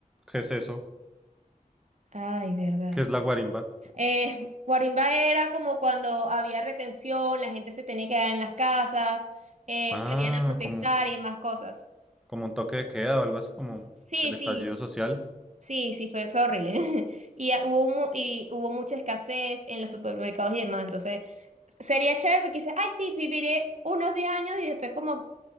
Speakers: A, in the centre; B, on the right (about 55°).
A: ¿Qué es eso?
B: Ay, verdad.
A: ¿Qué es la guarimba?
B: Eh, Guarimba era como cuando había retención, la gente se tenía que quedar en las casas, eh,
A: Ah,
B: salían a protestar
A: como,
B: y más cosas.
A: como un toque de queda o algo así, como
B: Sí,
A: el estallido
B: sí,
A: social.
B: Sí, sí, fue, fue horrible. <laughs> Y ah, hubo, mu- y hubo mucha escasez en los supermercados y demás. Entonces, sería chévere porque dices, ay, sí, viviré unos 10 años y después como,